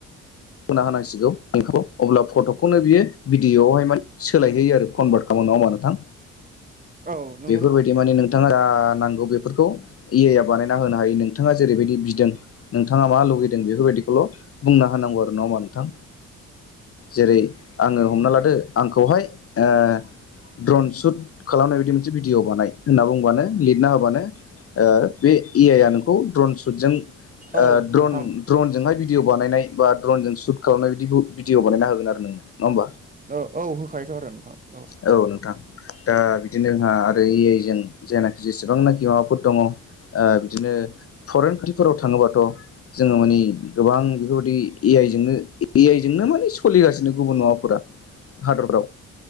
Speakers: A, on the left (about 40°); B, on the right (about 20°).
A: होना होनांसिगौ आंखौ अब्ला फट'खौनो बियो भिडिअ'आवहाय माने सोलायहोयो आरो कनभार्ट खालाम नङा होमबा नोंथां।
B: औ नंगौ
A: बेफोरबाय दि माने नोंथाङा जा नांगौ बेफोरखौ ए आइ आ बानायना होनो हायो नोंथाङा जेरैबायदि बिदों नोंथाङा मा लुगैदों बेफोरबायदिखौल' बुंना होनांगौ आरो नङा होमबा नोंथां। जेरै आङो हमना लादो आंखौहाय ओ ड्रन सुट खालामनाय बायदि मोनसे भिडिअ' बानाय होनना बुंबानो लिरना होबानो ओ बे ए आइ आ नोंखौ द्रन सुटजों
B: औ
A: ओ ड्रन
B: नोंथां
A: ड्रनजोंहाय भिडिअ' बानायनाय बा ड्रनजों सुट खालामनाय बिदि भिडिअ' बानायना होगोन आरो नोंनो नङा होमबा?
B: औ औ होखायोथ' आरो नोंथां औ।
A: औ नोंथां दा बिदिनो जोंहा आरो ए आइ जों जायनाखि जेसेबांनाखि माबाफोर दङ। ओ बिदिनो फरेन खान्ट्रिफोराव थाङोबाथ' जोङो माने गोबां बेफोरबायदि ए आइजोंनो ए आइजोंनो माने सोलिगासिनो गुबुन माबाफोरा हादरफ्राव।